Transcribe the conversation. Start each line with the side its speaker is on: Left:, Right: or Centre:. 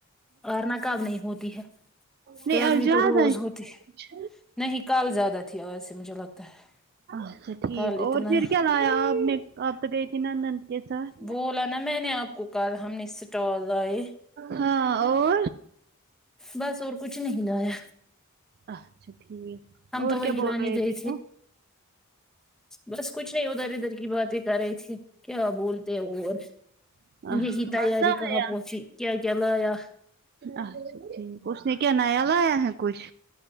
Centre: ورنا کب نہیں ہوتی ہے
Right: نہیں
Centre: گرمی
Right: آج زیادہ
Centre: تو روز
Right: ہی
Centre: ہوتی
Right: ہے کچھ
Centre: نہیں کل زیادہ تھی آج سے مجھے لگتا ہے
Right: اچھا ٹھیک
Centre: کل اتنا
Right: اور پھر کیا لایا آپ نے آپ تو گئی تھی نا نند کے ساتھ
Centre: بولا نا میں نے آپ کو کل ہم نے اسٹال لائے
Right: ہاں اور
Centre: بس اور کچھ نہیں لایا
Right: اچھا ٹھیک
Centre: ہم
Right: اور
Centre: تو وہی
Right: کیا بول
Centre: لانے
Right: رہے
Centre: گئے
Right: تھے وہ
Centre: بس کچھ نہیں ادھر ادھر کی باتیں کر رہی تھی کیا بولتے ہیں وہ
Right: اچھا
Centre: یہی تیاری
Right: مزہ
Centre: کہاں
Right: آیا
Centre: پہنچی کیا کیا لایا
Right: اچھا ٹھیک اس نے کیا نایا لایا ہے کچھ